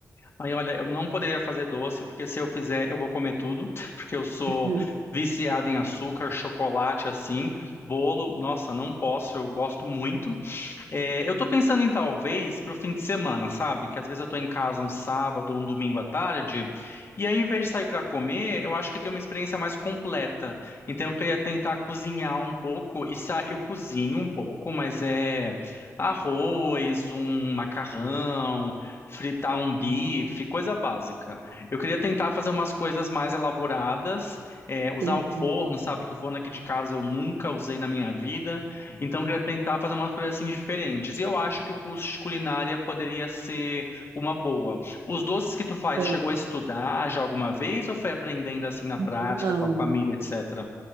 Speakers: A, on the left; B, on the right.
A: Aí, olha, eu não poderia fazer doce, porque se eu fizer, eu vou comer tudo, <laughs> porque eu sou
B: Uhum,
A: viciado em açúcar, chocolate, assim, bolo. Nossa, não posso, eu gosto muito. É, eu tô pensando em talvez pro fim de semana, sabe? Que às vezes eu tô em casa um sábado ou um domingo à tarde, e aí em vez de sair pra comer, eu acho que tem uma experiência mais completa. Então eu queria tentar cozinhar um pouco e sa... eu cozinho um pouco, mas é arroz, um macarrão, fritar um bife, coisa básica. Eu queria tentar fazer umas coisas mais elaboradas, é, usar
B: Entendi.
A: o forno, sabe? Que o forno aqui de casa eu nunca usei na minha vida. Então, eu queria tentar fazer umas coisas assim diferentes. E eu acho que o curso de culinária poderia ser uma boa. Os doces que tu faz,
B: <laughs>
A: chegou a estudar já alguma vez ou foi aprendendo assim na prática,
B: Não.
A: com a família, etc?